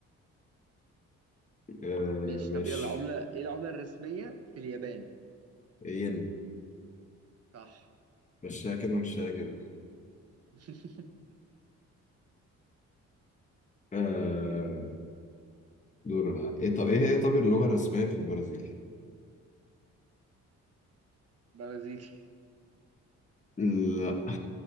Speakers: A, on the left; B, on the right.
A: آه
B: ماشي
A: مش
B: طب يلا عملة إيه العملة الرسمية في اليابان؟
A: ين
B: صح
A: مشيها كده مشيها كده
B: <laughs>
A: آه دور انا ايه طب ايه هي طب اللغة الرسمية في البرازيل
B: برازيلي
A: لا